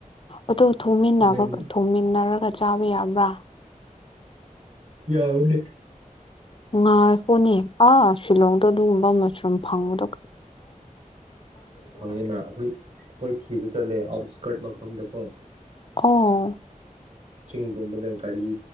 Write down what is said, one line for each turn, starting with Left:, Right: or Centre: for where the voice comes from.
Left: ꯑꯗꯨ ꯊꯣꯡꯃꯤꯟꯅꯕ
Right: ꯅꯪ
Left: ꯊꯣꯡꯃꯤꯟꯅꯔꯒ ꯆꯥꯕ ꯌꯥꯕ꯭ꯔꯥ
Right: ꯌꯥ ꯍꯅꯤ
Left: ꯉꯥꯏꯈꯣꯅꯦ ꯑꯥ ꯁꯤꯂꯣꯡꯗꯣ ꯑꯗꯨꯒꯨꯝꯕ ꯃꯁꯔꯨꯝ ꯐꯪꯕꯗ
Right: ꯐꯪꯉꯦꯅ ꯑꯩꯈꯣꯏ ꯑꯩꯈꯣꯏ ꯊꯤꯕ ꯆꯠꯂꯦ ꯑꯥꯎꯠꯁꯀꯔꯠ ꯃꯐꯝꯗ ꯀꯣ
Left: ꯑꯣ
Right: ꯆꯤꯡ ꯄꯨꯝꯕꯗ ꯒꯥꯔꯤ